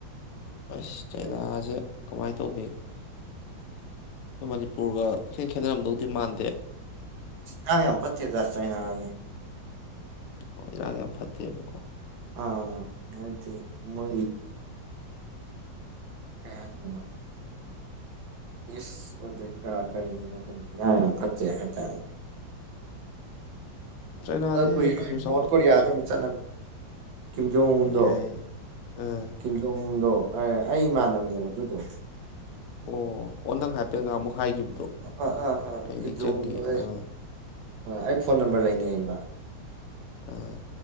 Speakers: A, on the left; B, on the right.
A: ꯑꯁ ꯆꯩꯅꯥꯁꯦ
B: ꯍꯥꯏꯗꯤ
A: ꯀꯃꯥꯏꯅ ꯇꯧꯒꯦ ꯑꯩꯈꯣꯏ ꯃꯅꯤꯄꯨꯔꯒ ꯏꯦ ꯈꯦꯠꯅꯔꯝꯗꯧꯗꯤ ꯃꯥꯟꯗꯦ
B: ꯌꯥ ꯌꯥꯝ ꯄꯊꯤ ꯇꯥꯁ ꯆꯥꯏꯅ ꯑꯖꯦ
A: ꯑꯣ ꯏꯔꯥꯡ ꯌꯥꯝ ꯐꯠꯇꯦꯕꯀꯣ
B: ꯑꯥ ꯑꯗꯨ ꯃ ꯀꯌꯥ ꯆꯅ ꯏꯁ ꯍꯔ ꯀꯔꯤꯒꯤ ꯃꯐꯝꯁꯤꯥ ꯌꯥꯝ ꯐꯠꯇꯩ ꯍꯥꯏꯇꯥꯔꯦꯅꯦ
A: ꯆꯩꯅꯥꯁꯦ
B: ꯑ ꯀ
A: ꯀꯩꯁꯨ ꯆꯥꯎꯈꯠ
B: ꯅꯣꯠ ꯀꯣ ꯋꯥꯔꯤ ꯌꯥꯔꯝ ꯆ ꯀꯤꯟꯗꯣ ꯍꯗꯣ
A: ꯌꯥꯏ ꯑꯥ
B: ꯀꯤꯟꯁꯨꯣ ꯍꯗꯣ ꯑꯩ ꯏꯃꯥꯟꯅꯕꯅꯦꯕ ꯑꯗꯨꯗꯣ
A: ꯑꯣ ꯑꯣ ꯅꯪ ꯍꯥꯏꯐꯦꯠꯒ ꯑꯃꯨꯛ ꯍꯥꯏꯈꯤꯕꯗꯣ
B: ꯑꯥ ꯑꯥ ꯑꯥ
A: ꯑꯩ
B: ꯀꯤꯝꯖꯣꯡꯎꯟꯗꯣ
A: ꯅꯤꯡꯁꯤꯡꯉꯦ
B: ꯑꯩ
A: ꯑꯥ
B: ꯑꯩ ꯐꯣꯟ ꯅꯝꯕꯔ ꯂꯩꯅꯩꯌꯦꯕ
A: ꯑ